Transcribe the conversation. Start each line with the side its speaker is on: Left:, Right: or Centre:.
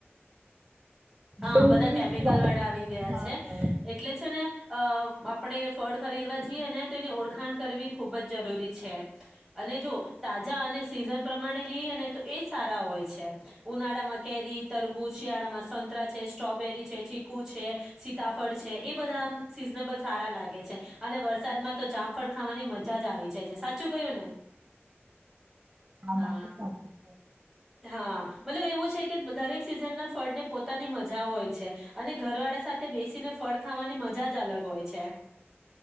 Centre: હા
Right: બિલકુલ
Centre: બધા કેમિકલ
Right: સ્વાદ
Centre: વાળા આવી ગયા
Right: હા
Centre: છે એટલે છે ને અ. આપણેે ફળ ખરીદવા જઈએ ને તે એની ઓળખાણ કરવી ખુબ જ જરૂરી છે, અને જો તાજા અને સીઝન પ્રમાણે લઈએ ને તો એજ સારા હોય છે ઉનાળામાં કેરી, તરબૂજ શિયાળામાં સંતરા છે સ્ટ્રોબેરી છે, ચીકુ છે, સીતાફળ છે એ બધા આમ સિઝનેબલ સારા લાગે છે અને વરસાદમાં તો જામફળ ખાવાની મજા જ આવી જાય છે સાચું કયું ને.
Right: હ આ
Centre: હા
Right: વાત સાચી છે.
Centre: હા મતલબ એવું છે કે દરેક સીઝનના ફળ ને પોત પોતાની મજા હોય છે અને ઘરવાળા સાથે બેસીને ફળ ખાવાની મજા જ અલગ હોય છે.